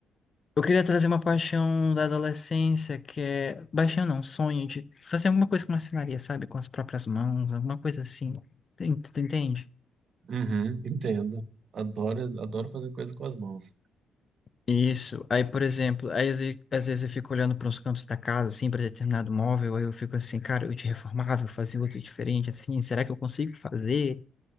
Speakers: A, on the left; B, on the right.
A: eu queria trazer uma paixão da adolescência, que é. Paixão não, sonho de fazer alguma coisa com marcenaria, sabe? Com as próprias mãos, alguma coisa assim. Tem- Tu entende?
B: Uhum, entendo. Adoro, adoro fazer coisa com as mãos.
A: Isso. Aí, por exemplo, aí às ve- às vezes eu fico olhando para os cantos da casa, assim, para determinado móvel, aí eu fico assim, cara, eu te reformava, eu fazia outro diferente, assim, será que eu consigo fazer?